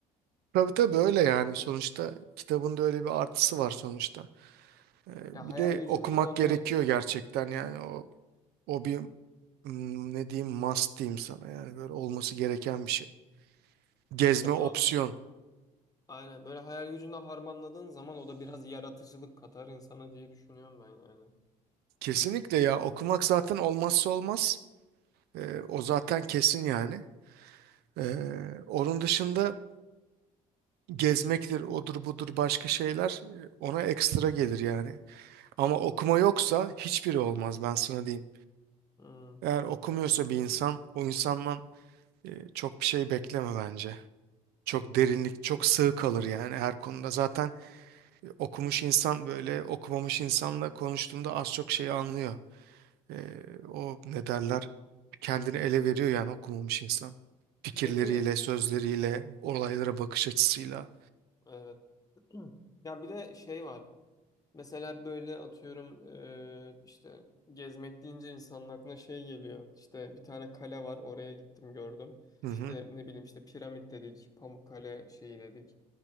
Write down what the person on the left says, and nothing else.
Ya
hayal
gücünle
onu
işte ona
Aynen böyle hayal gücünde harmanladığın zaman o da biraz yaratıcılık katar insana diye düşünüyorum ben yani.
Hmm.
Peki
evet. <clears throat> Ya bir de şey var. Mesela böyle atıyorum e, işte gezmek deyince insanın aklına şey geliyor. İşte bir tane kale var oraya gittim gördüm.
İşte
ne bileyim işte piramit dedik, Pamukkale şeyi dedik.